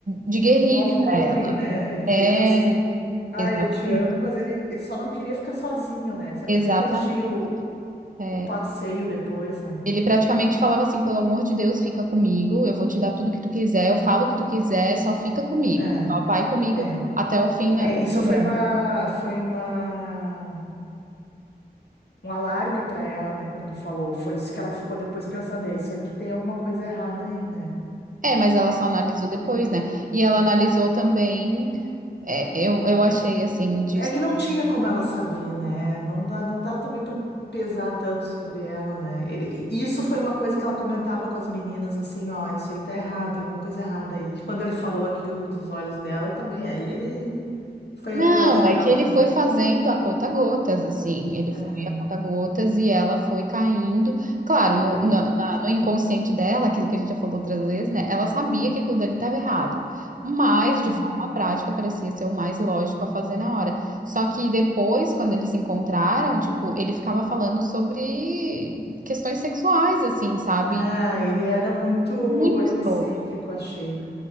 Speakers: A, on the right; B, on the left.
A: de guerrilha
B: Love bombing,
A: pra ela.
B: né? Ele fez
A: É.
B: assim um. Ai,
A: Exatamente,
B: eu te amo, mas ele, ele só não queria ficar sozinho, né? Ele só
A: exatamente.
B: queria curtir o,
A: É,
B: o passeio depois, né?
A: Ele praticamente falava assim, pelo amor de Deus, fica comigo, eu vou te dar tudo que tu quiser, eu falo o que tu quiser, só fica comigo,
B: É,
A: só vai comigo
B: é.
A: até o fim na-
B: É,
A: no
B: isso
A: programa.
B: foi uma, foi uma, um alarme para ela, né? Quando ele falou, foi isso que ela ficou depois pensando, é isso aí que tem alguma coisa errada aí, né?
A: É, mas ela só analisou depois, né? E ela analisou também, é, eu, eu achei assim, de
B: É que não tinha como ela saber, né? Não dá, não dá também para pesar tanto sobre ela, né? Ele- isso foi uma coisa que ela comentava com as meninas, assim, ó, isso aí tá errado, tem alguma coisa errada aí. E quando ele falou aquilo dos olhos dela também, aí ele foi
A: Não,
B: a pá de cal,
A: é que ele
B: né?
A: foi fazendo a conta-gotas, assim. Ele
B: É,
A: foi a conta-gotas e ela foi caindo. Claro, no, na- na- no inconsciente dela, aquilo que a gente já falou outras vezes, né? Ela sabia que aquilo dele estava errado. Mas, de
B: é, é.
A: forma prática, parecia ser o mais lógico a fazer na hora. Só que depois, quando eles se encontraram, tipo, ele ficava falando sobre questões sexuais, assim, sabe?
B: Ah, ele era muito
A: Muito
B: egocêntrico,
A: escroto.
B: achei.